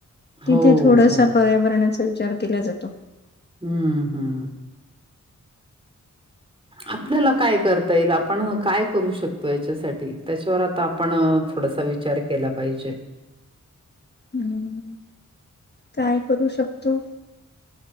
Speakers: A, on the left; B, on the right.
A: तिथे
B: हो,
A: थोडसा
B: हो.
A: पर्यावरणाचा विचार केला जातो.
B: हम्म, हम्, आपल्याला काय करता येईल? आप आपण काय करू शकतो याच्यासाठी, त्याच्यावर आता आपण थोडासा विचार केला पाहिजे.
A: हम्, काय करू शकतो?